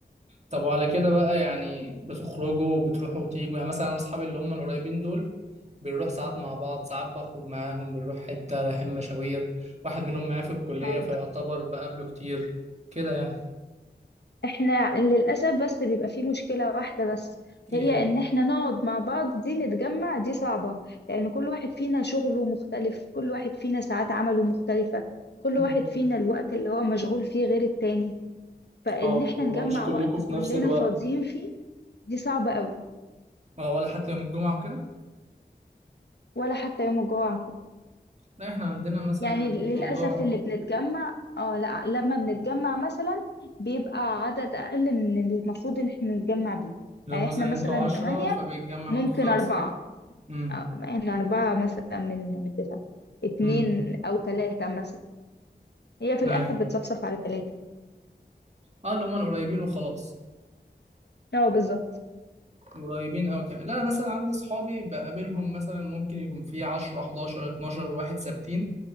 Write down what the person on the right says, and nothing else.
طب وعلى كده بقى يعني بتخرجوا بتروحوا وتيجوا يعني مثلا انا اصحابي اللي هم القريبين دول بنروح ساعات مع بعض ساعات بخرج معاهم بنروح حتة رايحين مشاوير واحد منهم معايا في الكلية
فيعتبر بقابله كتير كده يعني
ايه
هي
امم
اه
اللي هو
مش كلكم
في
نفس الوقت
اه ولا حتى يوم الجمعة وكده
لا احنا عندنا مثلا
بيبقى
الموضوع
لو
مثلا
انتوا عشرة
فبيتجمع
منكم خمسة
امم
امم
ايوه
اه اللي هم القريبين وخلاص
قريبين أوي يعني لا أنا مثلا عندي أصحابي بقابلهم مثلا ممكن يكون في 10 11 12 واحد ثابتين